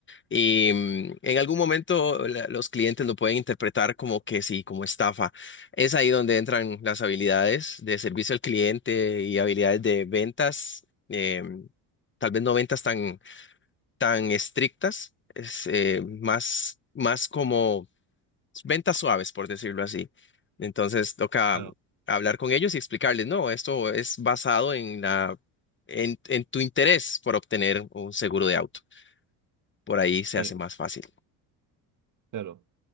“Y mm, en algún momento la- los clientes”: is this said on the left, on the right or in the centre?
Left